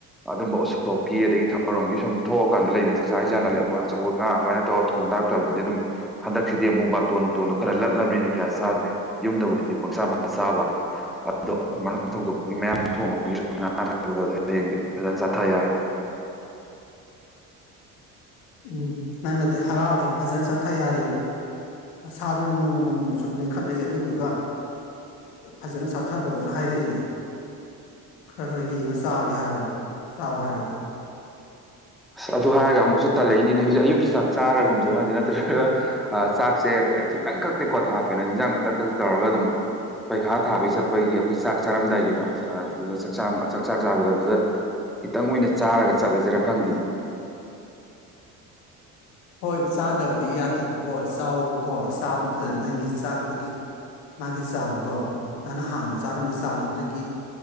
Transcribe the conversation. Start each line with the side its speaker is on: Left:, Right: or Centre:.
Centre: ꯑꯗꯨꯝꯕ ꯎꯁꯣꯞꯀꯤ ꯑꯗꯒꯤ ꯊꯧꯔꯝꯒꯤ ꯁꯨꯝ ꯊꯣꯛꯑꯀꯥꯟꯗ ꯂꯩꯅ ꯆꯠ ꯆꯥꯛꯆꯥ ꯍꯩꯖꯥꯟꯅꯕꯒꯤ ꯑꯗꯨ ꯑꯆꯧꯕ ꯉꯥ ꯑꯗꯨꯃꯥꯏꯅ ꯇꯧꯔ ꯊꯣꯡ ꯂꯥꯛꯇꯕꯗꯨꯗꯤ ꯑꯗꯨꯝ ꯍꯟꯗꯛꯁꯤꯗꯤ ꯑꯃꯨꯛ ꯕꯥꯇꯣꯟ ꯅꯨꯡꯇꯣꯟꯗꯣ ꯈꯔ ꯂꯠꯂꯕꯅꯤꯅ ꯀꯌꯥ ꯆꯥꯗ꯭ꯔꯦ ꯌꯨꯝꯗꯕꯨꯗꯤ ꯄꯪꯁꯥ ꯆꯥꯕ ꯑꯗꯣ ꯑꯗꯨ <unintelligible> ꯊꯧꯗꯣꯛꯀꯤ ꯃꯌꯥꯝ ꯊꯣꯡꯕꯒꯤ ꯉꯥ ꯍꯌꯦꯡꯗꯤ ꯐꯖꯅ ꯆꯠꯊ ꯌꯥꯔꯦ
Left: ꯎꯝ ꯅꯪꯅꯗꯤ ꯍꯔꯥꯎꯔꯤ ꯐꯖꯅ ꯆꯠꯊ ꯌꯥꯔꯦꯅ ꯅꯁꯥꯗꯨꯅ ꯅꯣꯡꯃ ꯅꯣꯡꯃꯒꯤ ꯁꯨꯝ ꯅꯩꯈꯠꯂꯛꯏ ꯑꯗꯨꯗꯨꯒ ꯐꯖꯅ ꯆꯠꯊꯕꯒꯁꯨ ꯍꯥꯏꯔꯛꯏꯌꯦ ꯈꯔ ꯈꯔ ꯌꯦꯡꯉ ꯆꯥꯒꯦ ꯍꯥꯏꯔꯒ ꯆꯥꯎ ꯍꯥꯏꯔꯒ
Centre: ꯑꯁ ꯑꯗꯨ ꯍꯥꯏꯔꯒ ꯑꯃꯨꯛꯁꯨ ꯇꯜꯂꯛꯏꯅꯤꯅꯦ ꯍꯧꯖꯤꯛ ꯑꯌꯨꯛꯀꯤ ꯆꯥꯔꯒꯨꯝꯁꯤꯔ ꯈꯪꯗꯦ ꯅꯠꯇ꯭ꯔꯒ ꯑꯥ ꯆꯥꯛꯁꯦ ꯈꯤꯇꯪ ꯈꯛꯇ‌ꯦꯡꯀꯣꯠꯇ ꯍꯥꯞꯄꯦꯅ ꯏꯟꯖꯥꯡ ꯃꯊꯛ ꯈꯛꯇꯧꯔꯒ ꯑꯗꯨꯝ ꯄꯩꯈꯥ ꯊꯥꯕꯒꯤ ꯆꯠꯄꯒꯤ ꯑꯩꯈꯣꯏ ꯆꯥꯛ ꯆꯥꯔꯝꯗꯥꯏꯒꯤꯗꯣ ꯑꯗꯨ ꯆꯥꯛ ꯆꯥꯛ ꯆꯥꯕꯗ ꯑꯗꯨꯗ ꯈꯤꯇꯪ ꯑꯣꯏꯅ ꯆꯥꯔꯒ ꯆꯠꯂꯁꯤꯔꯥ ꯈꯪꯗꯦ
Left: ꯍꯣꯏ ꯆꯥꯗꯕꯗꯤ ꯌꯥꯗꯦꯕꯀꯣ ꯆꯥꯎꯕꯀꯣ ꯆꯥꯕꯗꯨꯗ ꯅꯪꯒꯤ ꯆꯥꯛꯇꯨꯒꯤ ꯃꯥꯒꯤ ꯆꯥꯡꯗꯣ ꯅꯪꯅ ꯍꯥꯟꯅ ꯆꯥꯔꯝꯕ ꯆꯥꯡꯗꯨꯗꯒꯤ